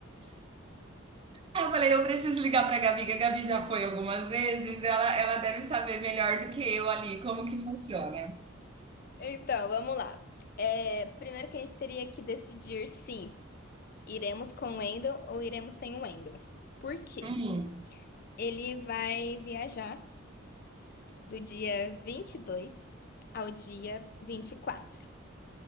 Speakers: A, on the right (about 25°); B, on the left (about 45°).
A: Aí eu falei, eu preciso ligar pra Gabi, que a Gabi já foi algumas vezes, ela, ela deve saber melhor do que eu ali como que funciona.
B: Então, vamos lá. É, primeiro que a gente teria que decidir se iremos com o Wendel ou iremos sem o Wendel. Por quê?
A: Hum,
B: Ele vai viajar do dia 22 ao dia 24,